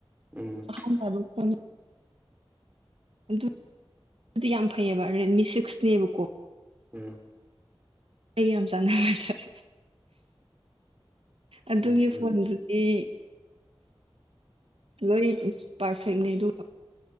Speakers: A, on the right; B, on the right.
A: ꯎꯝ
B: ꯑꯍꯥꯟꯕ ꯍꯥꯏꯕ ꯐ ꯑꯗꯨ ꯑꯗꯨꯗꯤ ꯌꯥꯝ ꯐꯩꯑꯕ ꯔꯦꯗꯃꯤ ꯁꯤꯛꯁꯅꯦꯕꯀꯣ
A: ꯎꯝ
B: ꯑꯩ ꯌꯥꯝ ꯌꯥꯝ ꯆꯥꯟꯗꯇꯔꯦ ꯑꯗꯨꯒꯤ
A: ꯎꯝ
B: ꯐꯣꯟꯗꯨꯗꯤ ꯂꯣꯏ ꯄꯥꯔꯐꯦꯛꯅꯤ ꯑꯗꯨ